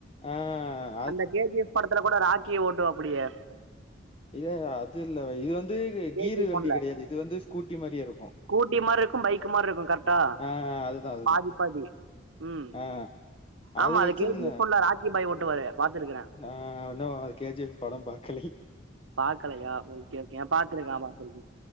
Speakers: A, on the left (about 30°); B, on the right (about 75°).
A: ஆஹ
B: அந்த கேஜிஎஃப் படத்துல கூட ராக்கிய ஓட்டுவ அப்படியே
A: இ அது இல்ல இது வந்து
B: கே
A: கீரு
B: ஜி எஃப்
A: வண்டி
B: ஒன்ல
A: கிடையாது இது வந்து ஸ்கூட்டி மாதிரிய இருக்கும்
B: ஸ்கூட்டி மாதிரி இருக்கும் பைக்கு மாதிரி இருக்கும் கரெக்டா
A: ஆ அதுதா அதுதா
B: பாதி பாதி ம்
A: ஆ
B: ஆமா
A: அது
B: அத
A: வச்சிருந்தே
B: கேஜிப்புல ராக்கி பாய் ஓட்டுவாரு பாத்துருக்கிறே
A: நா இன்னு அது கேஜிப் படோ பாக்கலே
B: பாக்கலயா ஓகே ஓகே பாத்துருக்கே பாத்துருக்கே